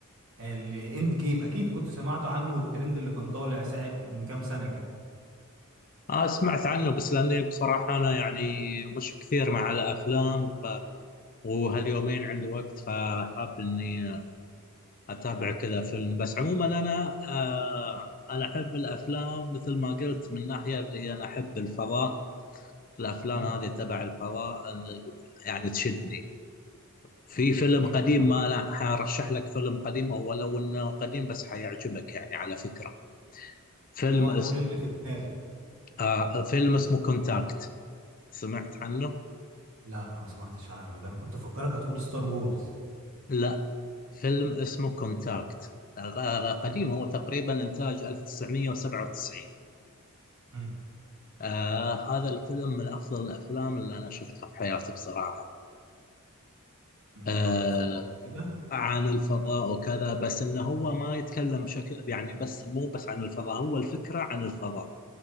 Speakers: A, on the right; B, on the left.
A: آه، الاند جيم اكيد كنت سمعت عنه والترند اللي كان طالع ساعة من كام سنة كده
B: آه سمعت عنه بس لأني بصراحة أنا يعني مش كثير مع الأفلام ف... وهاليومين عندي وقت فحاب إني اتابع كذا فيلم بس عموما انا آه انا احب الافلام مثل ما قلت من ناحيه اللي انا احب الفضاء الافلام
A: مم.
B: هذه تبع الفضاء ال- يعني تشدني في فيلم
A: يبقى
B: قديم ما انا حرشح لك فيلم قديم او لو انه قديم بس حيعجبك يعني على فكره فيلم
A: اوعى
B: اس...
A: تقول اللي في دماغي
B: آه فيلم اسمه كونتاكت سمعت عنه؟
A: لا ما سمعتش عنه ده انا كنت فاكرك هتقول ستار وورز
B: لا فيلم اسمه كونتاكت آه قديم
A: مم.
B: هو تقريبا انتاج 1997
A: مم.
B: آه هذا الفيلم من أفضل الأفلام اللي أنا شفتها في حياتي بصراحة
A: مم.
B: آه
A: عن الفضاء وكده
B: عن الفضاء وكذا بس إنه هو ما يتكلم بشكل يعني بس مو بس عن الفضاء هو الفكرة عن الفضاء